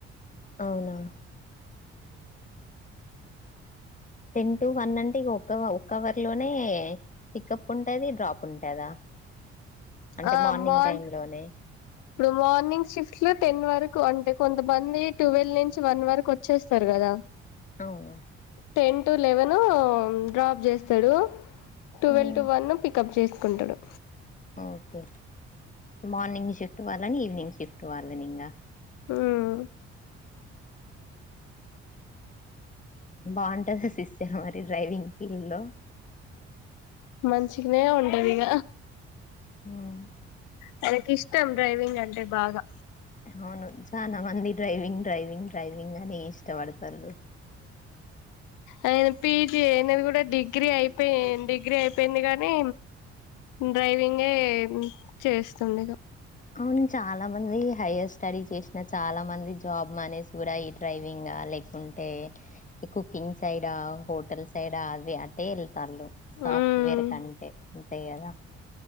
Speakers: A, on the left (about 25°); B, on the left (about 70°).
A: అవునా టెన్ టు వన్ అంటే ఇ ఒక ఒ అవర్ లోనే పికప్ ఉంటది డ్రాప్ ఉంటదా అంటే
B: ఆ
A: మార్నింగ్
B: మార్
A: టైమ్ లోనే
B: ఇప్పుడు మార్నింగ్ షిఫ్ట్ లో టెన్ వరకు అంటే కొంతమంది ట్వెల్వ్ నుంచి వన్ వరకు వచ్చేస్తారు కదా
A: అవును
B: టెన్ టు లెవెన్ డ్రాప్ చేస్తాడు టువెల్వ్
A: ఉమ్,
B: టు వన్ ను పికప్ చేస్తా చెకుంటుడు
A: ఓకే మార్నింగ్ షిఫ్ట్ వాళ్లని ఈవినింగ్ షిఫ్ట్ వాళ్లని ఇంకా
B: హ్మ్
A: బాగుంటది సిస్టర్ మరి డ్రైవింగ్ ఫీల్డ్ లో
B: మంచిగానే ఉంటదిక
A: ఉమ్
B: మనకి ఇష్టం డ్రైవింగ్ అంటే బాగా
A: అవును చాలా మంది డ్రైవింగ్ డ్రైవింగ్ డ్రైవింగ్ అని ఇష్టపడతారు
B: ఆయన పీజీ అయినది కూడా డిగ్రీ అయిపోయి డిగ్రీ అయిపోయింది కాగానీ డ్రైవింగే చేస్తుంది
A: అవును చాలా మంది హయర్ స్టడీస్ చేసిన చాలా మంది జాబ్ మానేస్ కూడా ఈ డ్రైవింగ్ లేకుంటే కుకింగ్ సైడ్ హోటల్ సైడా అది అట్టే వె సాఫ్ట్వేర్
B: ఉమ్
A: కంటే ఎంతయదా